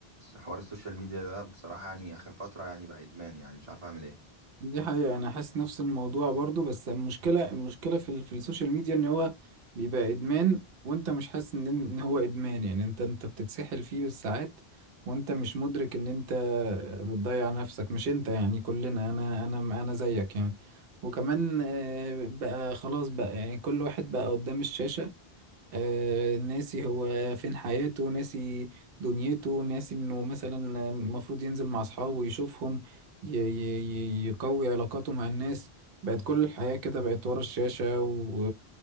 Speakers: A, on the right; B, on the right.
A: حوار السوشيال ميديا ده بصراحه يعني اخر فتره يعني بقى ادمان يعني مش عارف اعمل ايه
B: دي حقيقة أنا حاسس نفس الموضوع برضو بس المشكلة المشكلة في, ال- في السوشيال ميديا إن هو بيبقى إدمان وأنت مش حاسس إن إن هو إدمان يعني أنت أنت بتتسحل فيه بالساعات وأنت مش مدرك إن أنت بتضيع نفسك مش أنت يعني كلنا أنا أنا أنا زيك يعني وكمان آه، بقى خلاص بقى يعني كل واحد بقى قدام الشاشة آه، ناسي هو فين حياته ناسي دنيته ناسي انه مثلا المفروض ينزل مع اصحابه ويشوفهم ي- ي- ي- يقوي علاقاته مع الناس بقت كل الحياة كده بقت ورا الشاشة و...